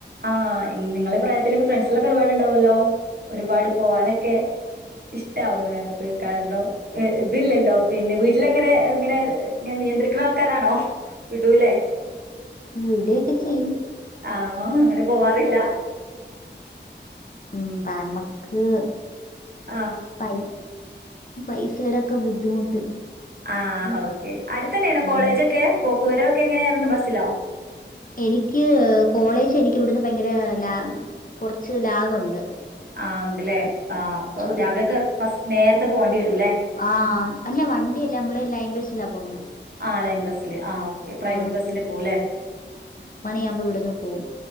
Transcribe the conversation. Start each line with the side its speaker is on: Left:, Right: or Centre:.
Right: ആഹ് നിങ്ങളെ പ്രായത്തിലൊക്കെ ഫ്രണ്ട്സേളൊക്കെ ഒര്പാടുണ്ടാവെല്ലോ ഒരുപാട് പോവാനൊക്കെ ഇഷ്ടാവും നിങ്ങക്ക് കാരണം ഏ ഇതില്ലല്ലോ പിന്നെ വീട്ടിലെങ്ങനെ ഇങ്ങനെ നിയന്ത്രിക്ക്ണ ആൾക്കാരാണോ വിടൂലേ
Left: വിടെയൊക്കെ ചെയ്യും
Right: ആഹ് അങ്ങനെ പോവാറില്ല
Left: ഉം <unintelligible>
Right: ആഹ്
Left: പൈ പൈസയുടെക്കെ ബുദ്ധിമുട്ട്
Right: ആഹ് ഓക്കെ അട്ത്തെന്നെയാണോ കോളേജോക്കെ
Left: ഉം
Right: പോക്ക് വരവൊക്കെ എങ്ങനെയായിരുന്നു ബസ്സിലോ?
Left: എനിക്ക് കോളേജ് എനിക്ക് ഇവിടുന്ന് ഭയങ്കര ലാ കൊറച്ച് ലാഗുണ്ട്.
Right: ആഹ് ഉണ്ട്ലേ ആഹ് അപ്പൊ
Left: ഇച്ചിരി ദൂ
Right: രാവിലെയൊക്കെ ഫസ് നേരത്തെ പോവേണ്ടി വരുല്ലേ
Left: ആഹ് അല്ല വണ്ടിയല്ല നമ്മള് ലൈം ബസ്സിലാ പോവുന്നെ
Right: ആഹ് ലൈൻ ബസ്സില് ആഹ് ഓക്കെ പ്രൈവറ്റ്
Left: ആ
Right: ബസ്സില് പോവുല്ലേ
Left: ണിയാവുമ്പോ ഇവട്ന്ന് പോവും